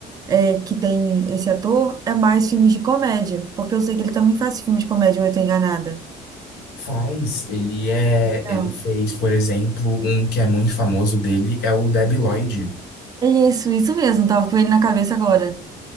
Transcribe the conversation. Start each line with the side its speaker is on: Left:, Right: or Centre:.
Right: é, que tem esse ator, é mais filmes de comédia, porque eu sei que ele também faz filme de comédia, ou eu tô enganada.
Left: Faz, ele é,
Right: Então,
Left: ele fez, por exemplo, um que é muito famoso dele é o Debi Lloyd.
Right: é isso, isso mesmo, tava com ele na cabeça agora.